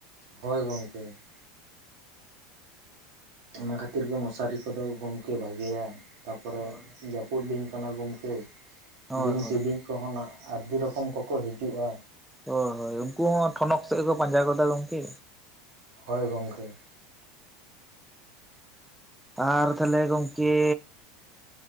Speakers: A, on the right (about 65°); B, in the centre.
A: ᱦᱚᱭ ᱜᱚᱝᱠᱮ ᱾ ᱚᱱᱟ ᱠᱷᱟᱹᱛᱤᱨ ᱜᱮ ᱢᱚᱥᱟᱨᱤ ᱠᱚᱫᱚ ᱜᱚᱝᱠᱮ ᱵᱷᱟᱜᱮᱭᱟ, ᱛᱟᱯᱚᱨᱮ
B: ᱦᱳᱭ
A: ᱡᱟᱹ ᱯᱩᱫ ᱫᱤᱱ ᱠᱟᱱᱟ ᱜᱚᱝᱠᱮ,
B: ᱦᱳᱭ
A: ᱵᱤᱧ
B: ᱦᱳᱭ
A: ᱠᱤᱰᱤᱧ ᱠᱚᱦᱚᱸ ᱱᱟᱜ ᱟᱹᱰᱤ ᱨᱚᱠᱚᱢ ᱠᱚᱠᱚ ᱦᱤᱡᱩᱜᱼᱟ᱾
B: ᱦᱳᱭ ᱦᱳᱭ ᱩᱝᱠᱩ ᱦᱚᱸ ᱴᱷᱚᱱᱚᱠ ᱥᱮᱫ ᱠᱚ ᱯᱟᱸᱡᱟ ᱜᱚᱫᱟ ᱜᱚᱝᱠᱮ᱾
A: ᱦᱚᱭ ᱜᱚᱝᱠᱮ᱾
B: ᱟᱨ ᱛᱟᱦᱚᱞᱮ ᱜᱚᱝᱠᱮ